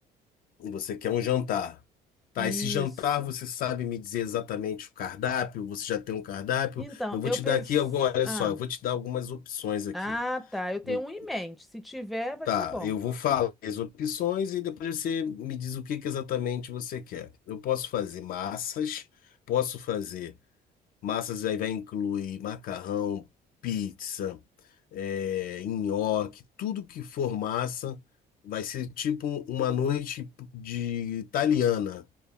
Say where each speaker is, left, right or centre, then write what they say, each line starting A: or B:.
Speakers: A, on the left (about 60°); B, in the centre.
A: Você quer um jantar. Tá,
B: Isso.
A: esse jantar você sabe me dizer exatamente o cardápio? Você já tem um cardápio?
B: Então,
A: Eu vou
B: eu
A: te
B: pensei.
A: dar aqui agora, olha
B: Ah,
A: só, eu vou te dar algumas opções aqui.
B: ah, tá. Eu tenho
A: Eu-
B: um em mente. Se tiver, vai
A: tá,
B: ser bom.
A: eu vou falar as opções e depois você me diz o que que exatamente você quer. Eu posso fazer massas, posso fazer massas aí vai incluir macarrão, pizza, é, nhoque, tudo que for massa vai ser tipo uma noite de italiana.